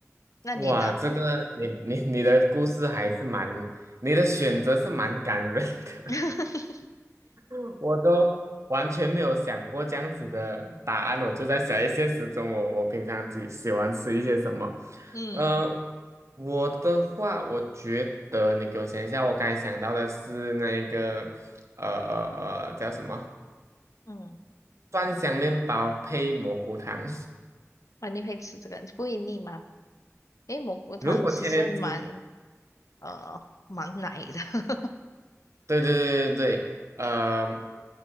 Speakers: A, on the left (about 85°); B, on the right (about 65°).
A: 那你呢？
B: 哇，这个你你你的故事还是蛮，
A: 嗯
B: 你的选择是蛮感人的，
A: <laughs>
B: <laughs> 我都完全没有想过这样子的答案，我就在想一些时钟我我平常喜喜欢吃一些什么，
A: 嗯
B: 呃，我的话，我觉得你给我想一下，我刚才想到的是那个呃呃呃叫什么
A: 嗯，
B: 蒜香面包配蘑菇汤，
A: 啊，你会吃这个，不会腻吗？诶，蘑菇汤其实蛮
B: <laughs> 如果天天吃
A: 呃蛮奶的，<laughs>
B: 对对对对对，呃，